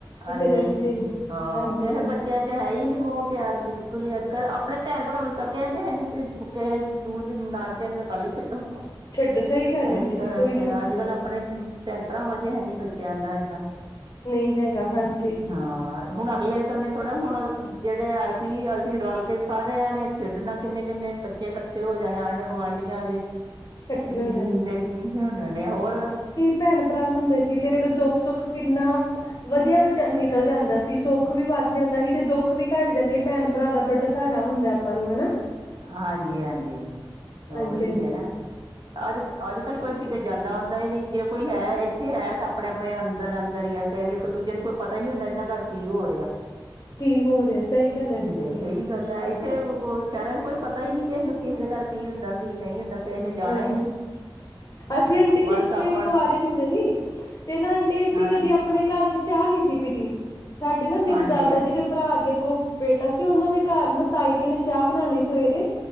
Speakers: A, on the left; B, on the right.
A: ਕਿਤੇ
B: ਨਹੀਂ,
A: ਰਹਿੰਦੇ ਨੀ
B: ਹਾਂ
A: ਹਾਂਜੀ
B: ਕਿਹੇ ਬੱ ਬੱਚਿਆਂ 'ਚ ਹੈ ਈ ਨੀ ਮੋਹ ਪਿਆਰ ਬਿਲਕੁਲ ਹੀ ਅੱਜ- ਕੱਲ੍ਹ ਆਪਣੇ ਭੈਣ ਭਰਾਵਾਂ ਨੂੰ ਸਕਿਆ 'ਚ ਹੈਨੀ ਤੁਸੀਂ ਕੇ ਦੂਰ ਦੀ ਨਾਨਕਿਆਂ ਦੀ ਤਾਂ ਗੱਲ ਹੀ ਛੱਡੋ।
A: ਛੱਡੋ ਸਹੀ ਗੱਲ
B: ਇਹੀ
A: ਆਂਟੀ
B: ਗੱਲ
A: ਜੀ ਕੋਈ
B: ਹੈ
A: ਝੂਠ
B: ਅੱਜ-ਕੱਲ
A: ਨਹੀਂ
B: ਆਪਣੇ ਭੈਣ-ਭਰਾਵਾਂ 'ਚ ਹੈਨੀ ਬੱਚਿਆਂ ਦਾ ਏਦਾਂ।
A: ਨਹੀਂ ਹੈਗਾ ਹਾਂਜੀ।
B: ਹਾਂ ਹੁਣ ਅਗਲੇ ਸਮੇਂ ਥੋੜਾ, ਹੁਣ ਜਿਹੜੇ ਅਸੀਂ ਅਸੀਂ ਰਲ ਕੇ ਸਾਰਿਆਂ ਨੇ ਖੇਡਣਾ ਕਿੰਨੇ-ਕਿੰਨੇ ਬੱਚੇ ਇਕੱਠੇ ਹੋ ਜਾਣੇ, ਆਂਢ- ਗੁਆਂਢੀਆਂ ਦੇ।
A: ਇਕੱਠੇ
B: <unintelligible>
A: ਹੋ ਜਾਂਦੇ
B: ਹੋਰ
A: ਭੈਣ-ਭਰਾ ਹੁੰਦੇ ਸੀ ਤੇ ਵੇਲੋ ਦੁੱਖ-ਸੁੱਖ ਕਿੰਨਾ, ਵਧੀਆ ਨਿਕਲ ਜਾਂਦਾ ਸੀ ਸੁੱਖ ਸੁੱਖ ਵੀ ਵੱਧ ਜਾਂਦਾ ਸੀ ਤੇ ਦੁੱਖ ਵੀ ਘੱਟ ਜਾਂਦਾ ਸੀ ਭੈਣ- ਭਰਾ ਦਾ ਬੜਾ ਸਹਾਰਾ ਹੁੰਦਾ ਆਪਾਂ ਨੂੰ ਹਨਾ।
B: ਹਾਂਜੀ-ਹਾਂਜੀ, ਉਹੀ
A: ਹਾਂਜੀ ਆਂਟੀ
B: ਏ ਨਾ।
A: ਜੀ
B: ਅੱਜ ਅੱਜ-ਕੱਲ੍ਹ ਕੋਈ ਕਿਤੇ ਜਾਂਦਾ ਆਉਂਦਾ ਈ ਨੀ ਜੇ ਕੋਈ ਹੈ ਇੱਥੇ ਹੈ ਤਾਂ ਆਪਣੇ-ਆਪਣੇ ਅੰਦਰ-ਅੰਦਰ ਈ ਏ। ਪਏ ਵੀ ਇੱਕ-ਦੂਜੇ ਨੂੰ ਕੋਈ ਪਤਾ ਹੀ ਨਹੀਂ ਹੁੰਦਾ ਇਹਦਾ ਘਰ ਕੀ ਹੋ ਰਿਹਾ।
A: ਕੀ ਹੋ ਰਿਹਾ ਸਹੀ ਗੱਲ ਏ ਆਂਟੀ
B: ਮੈਂ ਕਿਹਾ
A: ਜੀ।
B: ਸਹੀ ਗੱਲ ਏ ਇੱਥੇ ਸ਼ਹਿਰਾਂ 'ਚ ਕੋਈ ਪਤਾ ਈ ਨੀ ਕਿਸੇ ਨੂੰ ਕਿਸੇ ਦੇ ਘਰ ਕੀ ਹੁੰਦਾ ਕੀ ਨਹੀਂ ਹੁੰਦਾ। ਕਿਸੇ ਨੇ ਜਾਣਾ
A: ਨਹੀ,
B: ਹੀ ਨਹੀਂ
A: ਅਸੀਂ ਆਂਟੀ ਜੀ
B: ਬਸ
A: ਇੱਥੇ
B: ਆਪਣ
A: ਕੁਵਾਰੇ ਹੁੰਦੇ ਸੀ ਤੇ ਨਾ ਆਂਟੀ ਅਸੀਂ
B: ਹਾਂਜੀ
A: ਕਦੀ ਆਪਣੇ ਘਰ 'ਚ ਚਾਹ ਨੀ ਸੀ ਪੀਤੀ, ਸਾਡੇ ਨਾ ਮੇਰੇ
B: ਹਾਂਜੀ
A: ਦਾਦਾ ਜੀ ਦੇ ਭਰਾ ਦੀ ਅੱਗੋਂ ਬੇਟਾ ਸੀ ਉਹਨਾਂ ਦੇ ਘਰ ਨਾ ਤਾਈ ਜੀ ਨੇ ਚਾਹ ਬਣਾਣੀ ਸਵੇਰੇ